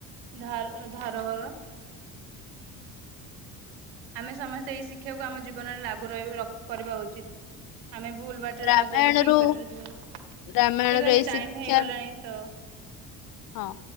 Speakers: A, on the right; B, on the left.
A: ଧାର ଧାର ଘର ଆମେ ସମସ୍ତେ ଏଇ ଶିକ୍ଷାକୁ ଆମ ଜୀବନରେ ଲାଗୁ ରହିବେ ର କରିବା ଉଚିତ୍‌ ଆମେ ଭୁଲ ବା ଟରେ
B: ରାମାୟଣରୁ
A: ନ ଯାଇକି ଠିକ୍ ବାଟରେ ଯିବନି ଠିକ୍
B: ରାମାୟଣରୁ
A: ଅଛି
B: ଏଇ ଶିକ୍ଷା
A: ଟାଇମ୍ ହେଇଗଲାଣି ତ
B: ହଁ।